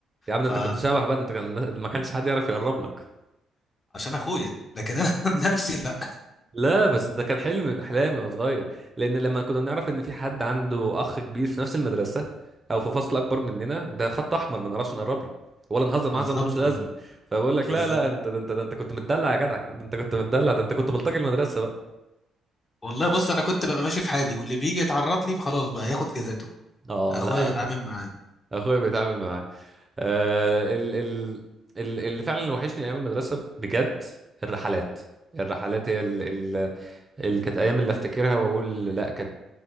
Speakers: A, on the right (about 25°); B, on the left (about 30°).
A: يا عم ده
B: فعشان
A: انت كنت شبح بقى ده انت كان ما كانش حد يعرف يقرب لك
B: اخويا لكن انا <laughs> من نفسي لا
A: لا بس ده كان حلم من احلامي وانا صغير لان لما كنا بنعرف ان في حد عنده اخ كبير في نفس المدرسه او في فصل اكبر مننا ده خط احمر ما نعرفش نقرب له ولا نهزر معاه
B: بالظبط
A: هزار ملوش لازمه
B: اه
A: فبقول لك
B: بالظبط
A: لا لا انت ده انت ده انت كنت متدلع يا جدع ده انت كنت متدلع ده انت كنت بلطجي المدرسه بقى
B: والله بص انا كنت ببقى ماشي في حالي واللي بيجي يتعرض لي خلاص بقى ياخد جزاته
A: اه
B: اخويا
A: لا
B: يتعامل معاه مم.
A: اخويا بيتعامل معاه آه ال ال ال اللي فعلا اللي وحشني ايام المدرسه بجد الرحلات الرحلات هي اللي كانت ايام اللي افتكرها واقول لا كانت